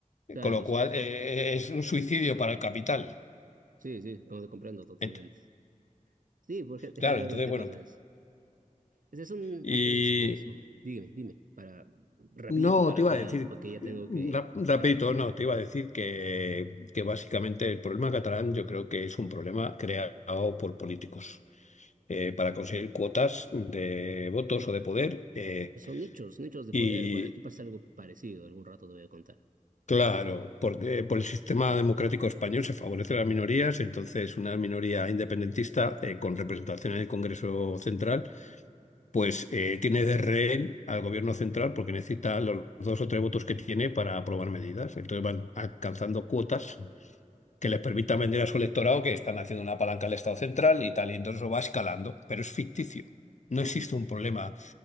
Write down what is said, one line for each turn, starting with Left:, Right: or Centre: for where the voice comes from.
Right: Claro,
Left: Con lo cual,
Right: so-
Left: eh, es un suicidio para el capital.
Right: sí, sí, como te comprendo totalmente.
Left: Ent-
Right: Sí, porque
Left: claro,
Right: generalmente
Left: entonces, bueno.
Right: pasa eso. Ese son
Left: Y
Right: intereses personales Dígame, dime, para, rapidito,
Left: no,
Right: para,
Left: te iba
Right: para,
Left: a decir,
Right: porque ya tengo que
Left: ra- rapidito,
Right: que salir.
Left: no, te iba a decir que, que básicamente el problema catalán yo creo que es un problema creado por políticos eh, para conseguir cuotas de votos o de poder. eh,
Right: Son nichos, nichos de
Left: y
Right: poder. Bueno, aquí pasa algo parecido, algún rato te voy a contar.
Left: claro, porque eh, por el sistema democrático español se favorecen las minorías, entonces una minoría independentista eh, con representación en el Congreso Central pues eh, tiene de rehén al gobierno central porque necesita los dos o tres votos que tiene para aprobar medidas. Entonces van alcanzando cuotas que les permitan vender a su electorado que están haciendo una palanca al Estado central y tal, y entonces eso va escalando, pero es ficticio. No existe
Right: Ujú.
Left: un problema